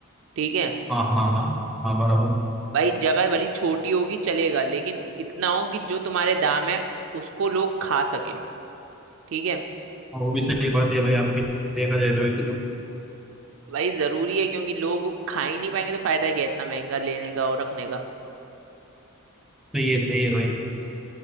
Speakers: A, on the right (about 60°); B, in the centre.
A: ठीक है
B: हाँ हाँ हाँ हाँ बराबर
A: भाई जगह भली छोटी होगी चलेगा लेकिन इतना हो कि जो तुम्हारे दाम है उसको लोग खा सके ठीक है
B: हाँ, वो भी सही बात है भाई आपकी देखा जाए तो वैसे तो
A: भाई जरूरी है क्योंकि लोग खा ही नहीं पाएंगे तो फायदा क्या है इतना महंगा लेने का और रखने का
B: सही है सही है भाई